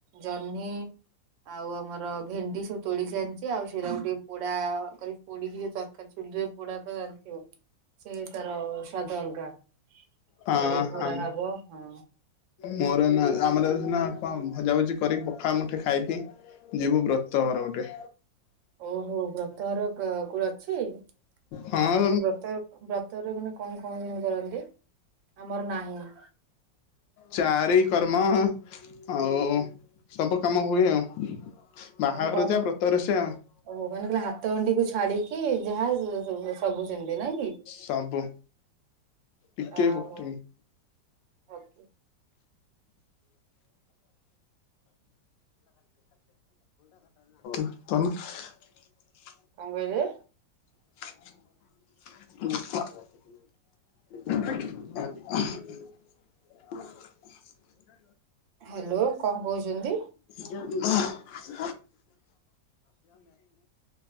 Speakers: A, on the right; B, on the left.
A: ଜହ୍ନି। ଆଉ ଆମର ଭେଣ୍ଡି ସବୁ ତୋଳିକି ଆଣିଛିେ ଆଉ ସେଇଟା ଗ ଟିକେ ପୋଡା କରି ପୋଡିକି ଯୋଉ ତରକାରୀ ଚୁଲିରେ କୁଡାକ ଜାଣିଥିବ ସେ ତାର ସାଧ ଅଲଙ୍କା।
B: ହଁ
A: ସେଟା ଟିକେ ପୁରା
B: ଆମ
A: ହବ ହଁ।
B: ମୋର ଆମର ସିନା କଣ ଭଜାଭୁଜି କରିକି ପଖାଳ ମୁଠେ ଖାଇକି ଯିବୁ ବ୍ରତ ଘର ଗୋଟେ।
A: ଓହୋ ବ୍ରତ ଘର କୋଣ ଅଛି।
B: ହଁ
A: ଆପଣଙ୍କର ବ୍ରତ ବ୍ରତରେ ଗେ କଣ କଣ ଯେମିତି କରନ୍ତି ଆମର ନାହିଁ।
B: ଚାରି କର୍ମ ଆଉ ସବୁ କାମ ହୁଏ ଆଉ ବାହାଘର
A: ମାନେ କଣ
B: ଯା ବ୍ରତରେ
A: କଣ
B: ସେଇଆ ଆଉ।
A: ଓହୋ ମାନେ କହିଲେ ହାତ ଗଣ୍ଡିିକୁୁ ଛାଡିକି ଯାହା ସବୁ। ସେମିତି ନା କି?
B: ସବୁ ଟିକେ
A: ଓହୋ
B: କରତ
A: ଓକେ
B: <unintelligible> <inaudible> <inaudible>
A: କଣ କହିଲେ?
B: ଆ <inaudible> <inaudible>
A: ହାଲୋ କଣ କହୁଛନ୍ତି?
B: <unintelligible> <unintelligible> <inaudible> ସେ